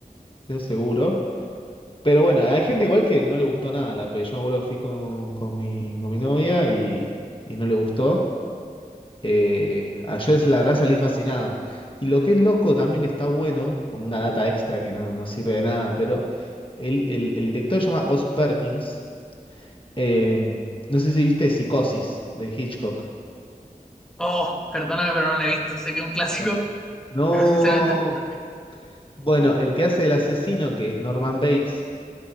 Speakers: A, on the left; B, in the centre.
A: eso seguro. Pero bueno, hay gente igual que no le gustó nada la peli. Yo me acuerdo que fui con, con mi, con mi novia y, y no le gustó. Eh, ayer la verdad salí fascinado. Y lo que es loco también que está bueno, como una data extra que no, no sirve de nada, pero el, el- el director se llama Oz Perkins. Eh, no sé si viste Psicosis de Hitchcock.
B: Oh, perdóname, pero no la he visto. Sé que es un clásico,
A: No.
B: <laughs>
A: No.
B: pero sinceramente no la he visto.
A: Bueno, el que hace el asesino, que es Norman Bates,